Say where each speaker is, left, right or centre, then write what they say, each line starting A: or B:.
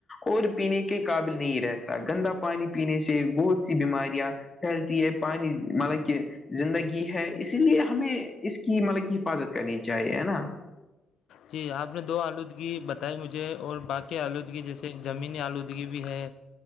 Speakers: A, on the left (about 25°); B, on the left (about 70°).
A: اور پینے کے قابل نہیں رہتا گندا پانی پینے سے بہت سی بیماریاں پھیلتی ہے پانی مطلب کہ زندگی ہے اسی لیے ہمیں اس کی مطلب کہ حفاظت کرنی چاہیے ہے نا
B: جی آپ نے دو آلو بتائی مجھے اور باقی آلودگی جیسے زمینی آلودگی بھی ہے